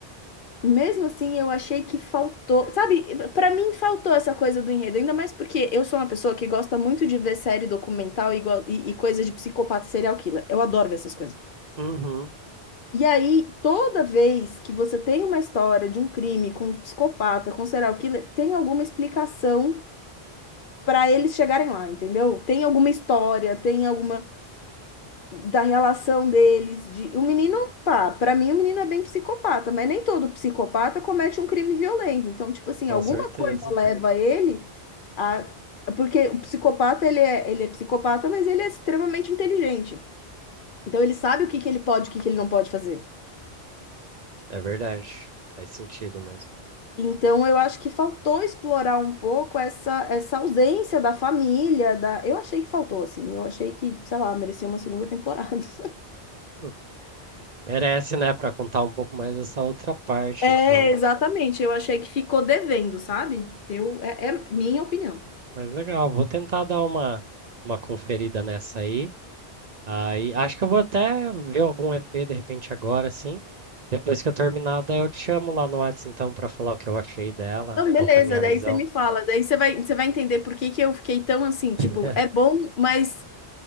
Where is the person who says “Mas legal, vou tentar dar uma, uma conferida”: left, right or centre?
Right